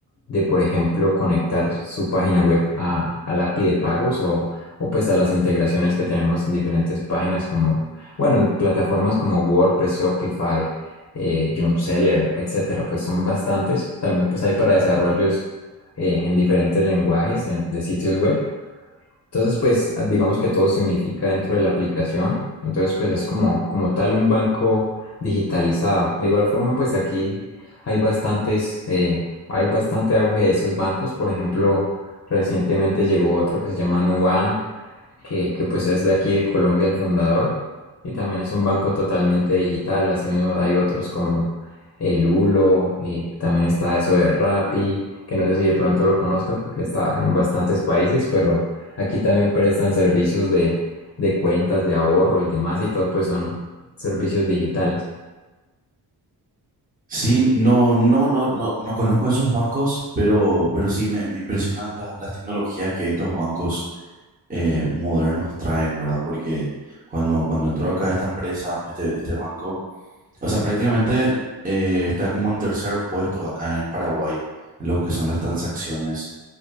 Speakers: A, on the left; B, on the right.
A: de por ejemplo conectar su página web a, a la API de pagos o, o pues a las integraciones que tenemos en diferentes páginas como, bueno, en plataformas como WordPress, Shopify eh, Jump Seller, etcétera, pues son bastantes. También pues hay para desarrollos eh, en diferentes lenguajes en- de sitios web. Entonces pues ah, digamos que todo se unifica dentro de la aplicación. Entonces pues es como, como tal un banco digitalizado. De igual forma pues aquí hay bastantes, eh, hay bastante auge de esos bancos. Por ejemplo, recientemente llegó otro que se llama Nubank que, que pues es de aquí de Colombia el fundador y también es un banco totalmente digital. Asimismo hay otros como el Ulo y también está eso de Rappi, que no sé si de pronto lo conozcas porque está en bastantes países, pero aquí también prestan servicios de, de cuentas, de ahorro y demás y todo pues son servicios digitales.
B: Sí, no, no, no, no, no conozco esos bancos, pero, pero sí me, me impresionan la- las tecnologías que estos bancos eh, modernos traen, ¿verdad? Porque cuando, cuando entró acá esta empresa, este, este banco, o sea, prácticamente eh, está como en tercer puesto acá en Paraguay en lo que son las transacciones.